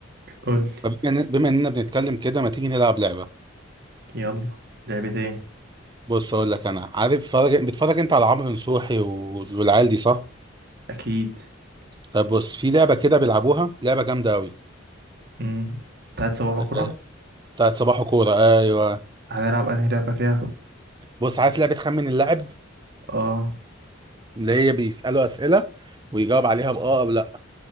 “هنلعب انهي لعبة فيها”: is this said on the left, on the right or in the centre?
Right